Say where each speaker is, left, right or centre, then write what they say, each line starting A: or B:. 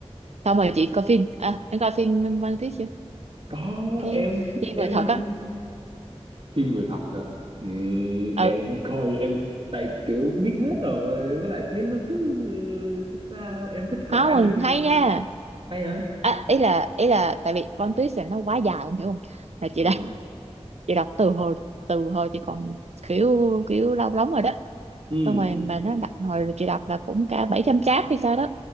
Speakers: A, on the right; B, on the right.
A: xong
B: Ồ.
A: rồi chị coi phim à em coi phim One Piece chưa
B: có
A: cái
B: em
A: phim
B: em
A: người thật á
B: phim người thật hả Ừm,
A: ừ
B: em không coi em tại kiểu biết hết rồi với lại thấy nó cứ ừ, sao sao em thích coi
A: không
B: anime
A: mình hay nha
B: hay hả
A: à, ý là ý là tại vì One Piece là nó quá dài em hiểu không là chị
B: ừ
A: vậy là từ hồi từ hồi chị còn kiểu kiểu lâu lắm rồi đó
B: ừ
A: xong rồi mà nó đặt hồi chị đọc là cũng cả 700 chat hay sao đó